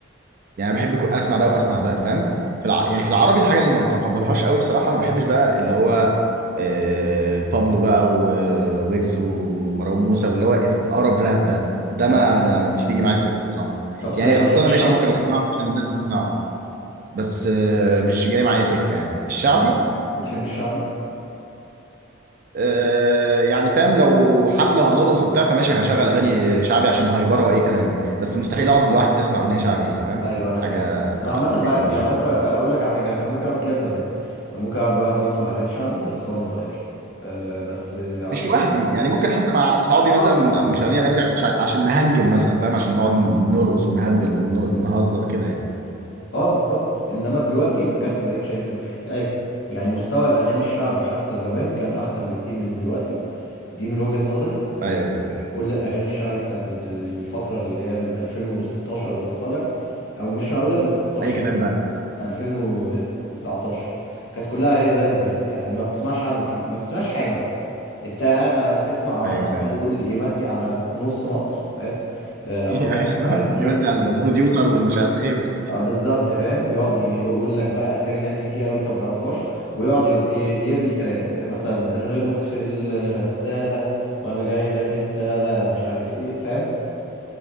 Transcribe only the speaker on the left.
آه.
طب سامي
بتحب الشعبي
طب بتحب الشعبي
ايوه انا
كمان انا
عامه
ب- يعني بكره اقول لك على حاجه انا كان ممكن اعمل كده زمان كان ممكن اقعد لوحدي واسمع اغاني شعبي بس وانا صغير أه بس آه، عشان
مش-
اه بالظبط
فاهم
اه بالظبط انما دلوقتي بجد بقيت شايف يعني يعني مستوى الاغاني الشعبي حتى زمان كان احسن بكتير من دلوقتي دي من وجهة نظري
آه،
كل اغاني الشعبي بتاعت الفتره اللي هي من 2016 وانت طالع او مش هقول لك من 16
2019 كانت كلها اغاني زي الزفت يعني ما بتسمعش حاجه مفيد ما بتسمعش حاجه اصلا انت قاعد تسمع واحد
عمال
يقول يمسي على نص مصر فاهم آه،
اخويا
مش عارف مين
و...
اه بالظبط فاهم بيقعد ي- يقول لك بقى اسامي ناس كتير قوي انت ما تعرفهاش ويقعد يج- ي- يرمي كلام كده مثلا الريموت في الغساله وانا جاي لك انت لا مش عارف ايه فاهم